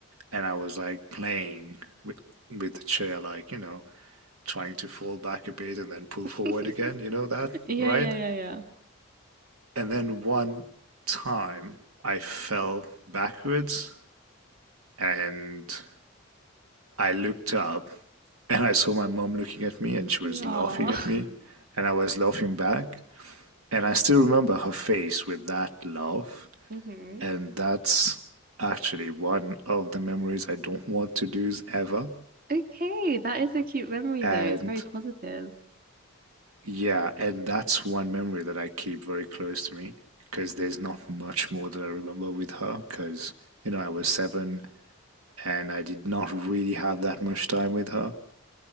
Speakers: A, on the right; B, on the right.
A: and I was like playing with with the chair, like, you know, trying to fall back a bit and then pull
B: <laughs>
A: forward again, you know that,
B: Yeah,
A: right?
B: yeah, yeah,
A: And then one time I fell backwards and I looked up and I saw my mom looking at me and she
B: yeah.
A: was
B: Aw.
A: laughing at me and I was laughing back. And I still remember her face with that laugh.
B: <laughs> hmm
A: And that's actually one of the memories I don't want to lose ever.
B: Okay, that is a cute memory
A: And
B: though. It's very positive.
A: yeah, and that's one memory that I keep very close to me because there's not much more that I remember with her because, you know, I was seven and I did not really have that much time with her.